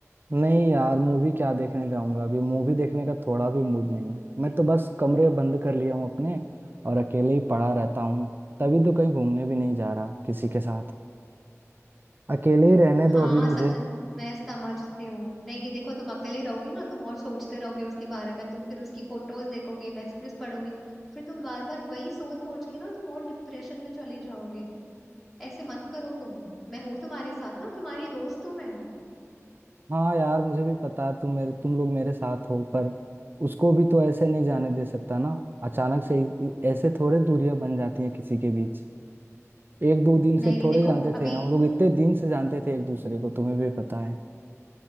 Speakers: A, on the right (about 40°); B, in the centre.
A: नहीं यार मूवी क्या देखने जाऊंगा अभी मूवी देखने का थोड़ा भी मूड नहीं है मैं तो बस कमरे बंद कर लिया हूँ अपने और अकेले ही पड़ा रहता हूँ तभी तो कहीं घूमने भी नहीं जा रहा किसी के साथ अकेले ही रहने
B: हाँ
A: दो अभी मुझे
B: सचिन मैं समझती हूँ नहीं नहीं देखो तुम अकेले रहोगे ना तुम और सोचते रहोगे उसके बारे में तुम फिर उसकी फोटोज देखोगे मैसेजेस पढ़ोगे फिर तुम बार बार वही सोच सोच के ना तुम और डिप्रेशन में चले जाओगे ऐसे मत करो तुम मैं हूं तुम्हारे साथ ना तुम्हारी दोस्त हूं मैं
A: हाँ यार मुझे भी पता तुम मेरे तुम लोग मेरे साथ हो पर उसको भी तो ऐसे नहीं जाने दे सकता ना अचानक से इ- इ- ऐसे थोड़े दूरियां बन जाती हैं किसी के बीच एक दो दिन
B: नहीं
A: से
B: नहीं
A: थोड़े
B: देखो
A: जानते
B: अभी
A: थे हम लोग इतने दिन से जानते थे एक दूसरे को तुम्हें भी पता है